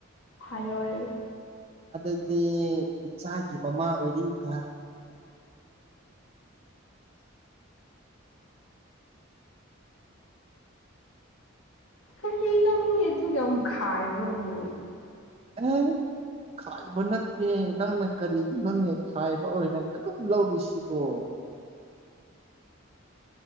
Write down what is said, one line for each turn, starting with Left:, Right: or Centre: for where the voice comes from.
Left: ꯍꯥꯏꯌꯣꯏ
Right: ꯑꯗꯨꯗꯤ ꯏꯆꯥꯒꯤ ꯃꯃꯥ ꯑꯣꯏꯅꯤꯡꯗ꯭ꯔꯥ
Left: ꯀꯔꯤꯅꯣ ꯃꯤ ꯑꯗꯨꯛ ꯌꯥꯝ ꯈꯥꯏꯕꯕꯨ
Right: ꯎꯝ ꯈꯥꯏꯕ ꯅꯠꯇꯦ ꯅꯪꯅ ꯀꯔꯤꯒꯤꯅꯣꯅꯦ ꯈꯥꯏꯕ ꯑꯣꯏꯅ ꯑꯗꯨꯝ ꯂꯧꯔꯤꯁꯤꯕꯣ